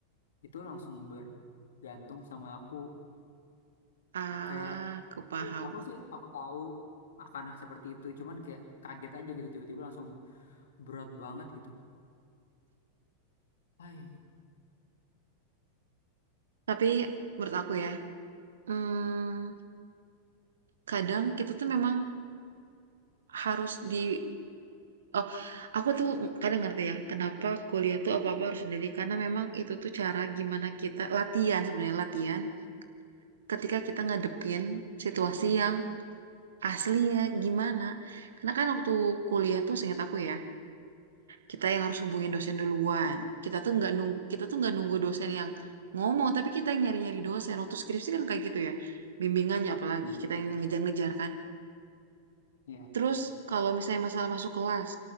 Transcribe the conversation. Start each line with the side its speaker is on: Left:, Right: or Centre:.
Left: itu langsung bergantung sama aku.
Right: Ah,
Left: Kayak
Right: aku paham.
Left: aku sih aku tahu akan seperti itu. Cuman kayak kaget aja gitu tiba-tiba langsung berat banget gitu. Hai.
Right: Tapi menurut aku ya, hmm, kadang kita tuh memang harus di Oh, aku tuh kadang ngerti ya, kenapa kuliah tuh apa-apa harus sendiri. Karena memang itu tuh cara gimana kita latihan sebenarnya latihan ketika kita ngadepin situasi yang asli ya gimana. Karena kan waktu kuliah tuh seingat aku ya, kita yang harus hubungin dosen duluan. Kita tuh nggak nung kita tuh nggak nunggu dosen yang ngomong, tapi kita yang nyari-nyari dosen. Waktu skripsi kan kayak gitu ya, bimbingannya apalagi
Left: Iya,
Right: kita yang ngejar-ngejar kan.
Left: iya,
Right: Terus kalau misalnya masalah masuk kelas,